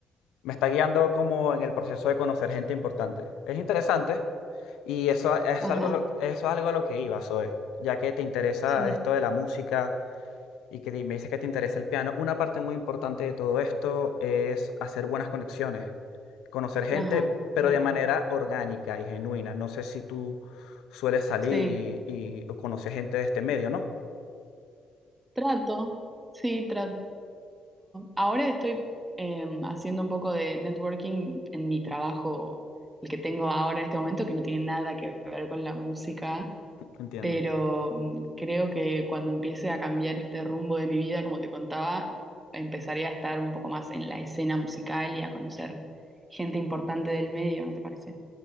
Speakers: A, on the left; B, on the right.
A: me está guiando como en el proceso de conocer gente importante. Es interesante. Y eso es
B: Ajá,
A: algo, lo- eso es algo a lo que iba, Zoe, ya que te interesa
B: sí,
A: esto de la música y que di- me dice que te interesa el piano, una parte muy importante de todo esto es hacer buenas conexiones, conocer gente,
B: ajá,
A: pero
B: claro,
A: de manera orgánica y genuina. No sé si tú sueles salir
B: sí.
A: y, y o conoces gente de este medio, ¿no?
B: Trato, sí, trato. Ahora estoy em, haciendo un poco de networking en mi trabajo, el que tengo ahora en este momento, que no tiene nada que ver con la música,
A: Entiendo.
B: pero mm, creo que cuando empiece a cambiar este rumbo de mi vida, como te contaba, empezaré a estar un poco más en la escena musical y a conocer gente importante del medio, ¿no te parece?